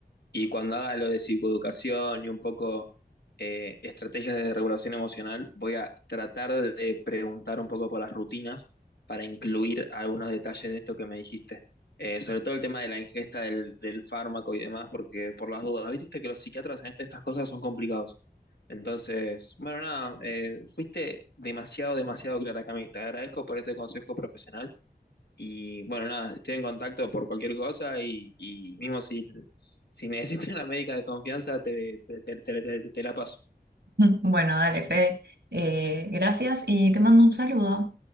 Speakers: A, on the left; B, on the right.
A: Y cuando haga lo de psicoeducación y un poco eh, estrategias de regulación emocional, voy a tratar de preguntar un poco por las rutinas para incluir algunos detalles de esto que me dijiste. Eh, sobre todo el tema de la ingesta del, del fármaco y demás, porque por las dudas, viste que los psiquiatras en este, estas cosas son complicados. Entonces, bueno, nada, eh, fuiste demasiado, demasiado clara, Cami. Te agradezco por este consejo profesional y bueno, nada, estoy en contacto por cualquier cosa y, y mismo si, si necesitas una médica de confianza, te, te, te, te- te- te la paso.
B: <laughs> Bueno, dale, Fede. Eh, gracias y te mando un saludo.